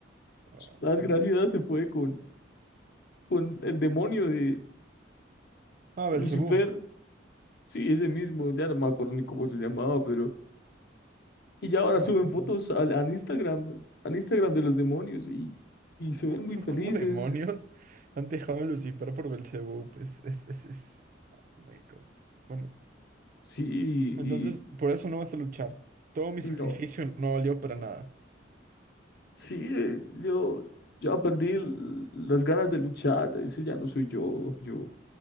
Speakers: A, on the right; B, on the left.
A: Ah, ok.
B: la desgraciada se fue con, con el demonio de
A: ah,
B: Lucifer,
A: Belcebú.
B: sí, ese mismo, ya no me acuerdo ni cómo se llamaba, pero... Y ya ahora suben
A: Ah, ok.
B: fotos al, al Instagram, al Instagram de los demonios y, y
A: ¿Cómo,
B: se ven
A: cómo-
B: muy felices.
A: <laughs> cómo demonios han dejado a Lucifer por Belcebú? Es, es, es, es- Oh my God. Bueno,
B: Sí, y
A: entonces
B: y-
A: por eso no vas a luchar. Todo mi
B: no,
A: sacrificio no valió para nada.
B: sí, eh, yo... Ya perdí l- las ganas de luchar, ese ya no soy yo, yo